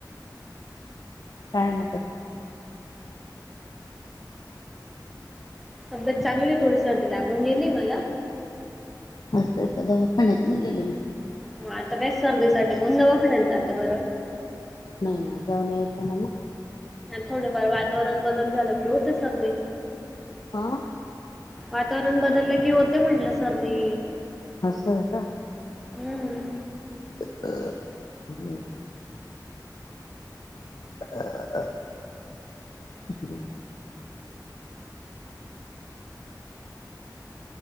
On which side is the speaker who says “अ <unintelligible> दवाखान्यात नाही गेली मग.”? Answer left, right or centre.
Left